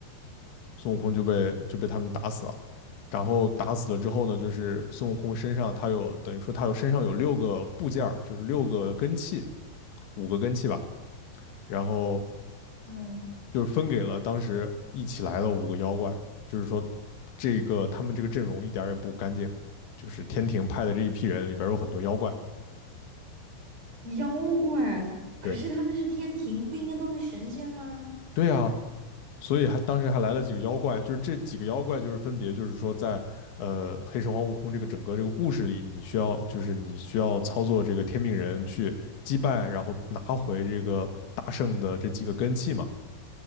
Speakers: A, on the left; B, on the right.
A: 孙悟空就被就被他们打死了，然后打死了之后呢，就是孙悟空身上他有等于说他有身上有六个部件儿，就是六个根器，五个根器吧。然后
B: 嗯，
A: 就是分给了当时一起来的五个妖怪，就是说这个他们这个阵容一点儿也不干净，就是天庭派的这一批人里边儿有很多妖怪，
B: 妖怪，可是他们是天庭，
A: 对
B: 不应该都是神仙吗？
A: 对啊，所以还当时还来了几个妖怪，就是这几个妖怪就是分别就是说在呃黑神话悟空这个整个这个故事里，你需要就是你需要操作这个天命人去击败，然后拿回这个大圣的这几个根器嘛。